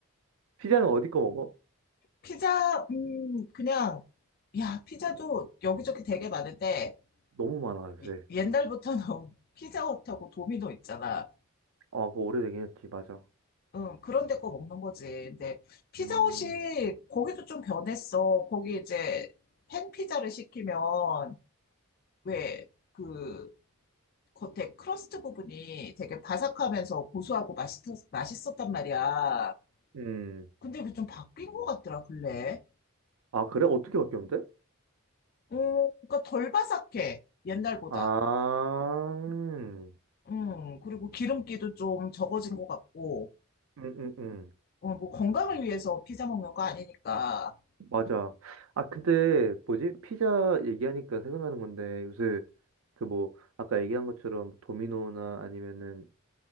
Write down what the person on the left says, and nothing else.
피자, 음, 그냥, 야, 피자도 여기저기 되게 많은데,
이-
옛날부터 나온 피자헛하고 <laughs> 도미노 있잖아.
응, 그런 데 거 먹는 거지. 근데 피자헛이
거기도 좀 변했어. 거기 이제 팬피자를 시키면, 왜, 그, 겉에 크러스트 부분이 되게 바삭하면서 고소하고 맛있, 맛있었단 말이야.
근데 이게 좀 바뀐 것 같더라, 근래.
어, 그러니까 덜 바삭해, 옛날보다.
음, 그리고 기름기도 좀 적어진 것 같고,
어, 뭐 건강을 위해서 피자 먹는 거 아니니까.